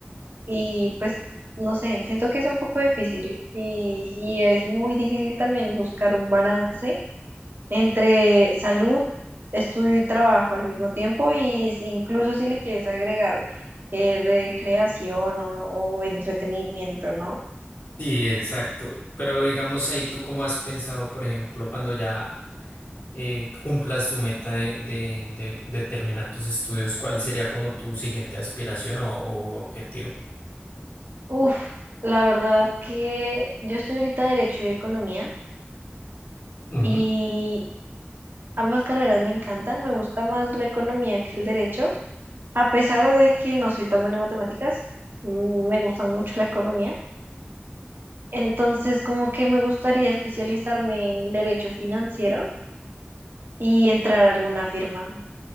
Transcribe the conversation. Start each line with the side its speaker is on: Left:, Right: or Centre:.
Right: y pues no sé, siento que es un poco difícil, y, y es muy difícil también buscar un balance entre salud, estudio y trabajo al mismo tiempo y si- incluso si le quieres agregar eh, recreación o, o entretenimiento, ¿no?
Left: Sí, exacto. Pero digamos ahí, ¿tú cómo has pensado, por ejemplo, cuando ya eh, cumplas tu meta de, de- de- de terminar tus estudios, cuál sería como tu siguiente aspiración o, o objetivo?
Right: Uf, la verdad que yo estoy ahorita Derecho y Economía
Left: Ujú.
Right: y ambas carreras me encantan, me gusta más la economía que el derecho, a pesar de que no soy tan buena en matemáticas, mm, me gusta mucho la economía. Entonces, como que me gustaría especializarme en derecho financiero y entrar a alguna firma.